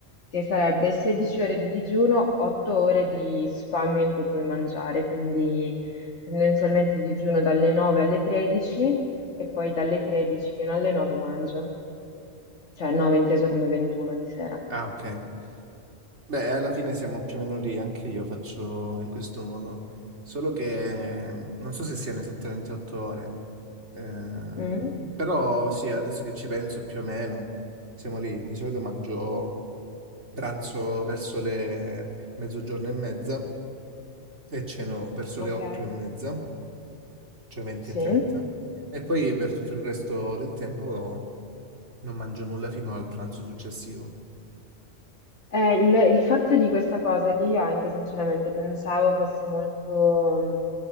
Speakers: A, on the left (about 85°); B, on the right (about 85°).
A: che sarebbe 16 ore di digiuno, 8 ore di spam in cui puoi mangiare, quindi tendenzialmente digiuno dalle 9 alle 13 e poi dalle 13 fino alle 9 mangio, cioè 9 inteso come 21 di sera.
B: Ah, ok. Beh, alla fine siamo più o meno lì, anche io faccio in questo modo, solo che ehm, non so se siano esattamente otto ore. Eh,
A: Mm,
B: però sì, adesso che ci penso più o meno, siamo lì. Di solito mangio pranzo verso le mezzogiorno e mezza e ceno verso
A: ok.
B: le otto e mezza, cioè 20
A: Sì.
B: e 30. E poi per tutto il resto del tempo non mangio nulla fino al pranzo successivo.
A: Eh, il, il fatto di questa cosa che io anche sinceramente pensavo fosse molto,